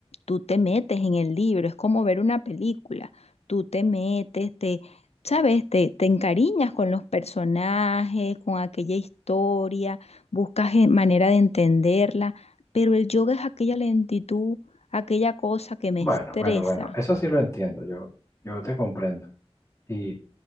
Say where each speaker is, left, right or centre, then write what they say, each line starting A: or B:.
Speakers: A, on the left (about 80°); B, on the left (about 30°).
A: tú te metes en el libro, es como ver una película, tú te metes, te, sabes, te, te encariñas con los personajes, con aquella historia, buscas eh, manera de entenderla, pero el yoga es aquella lentitud, aquella cosa que me
B: Bueno,
A: estresa.
B: bueno, bueno, eso sí lo entiendo, yo, yo te comprendo. Y,